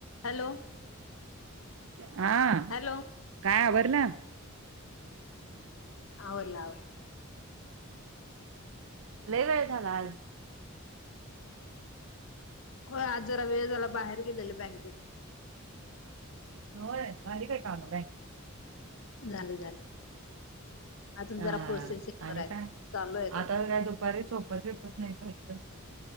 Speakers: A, on the left (about 70°); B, on the right (about 70°).
A: हॅलो.
B: हा
A: हॅलो
B: काय आबर ना.
A: होवला
B: ल वेळ झाला आज
A: हो आज जरा वेळ झाला बाहेर गेलेले बँकेत
B: होय ली काय काम
A: झाले झाले अजून जरा
B: हा
A: प्रोसेसिंग
B: आणि
A: वर आहेत
B: सांग
A: चालू आहेत
B: आता
A: अजून
B: काय दुपारी झोपत विेपत नाहीच वाटतं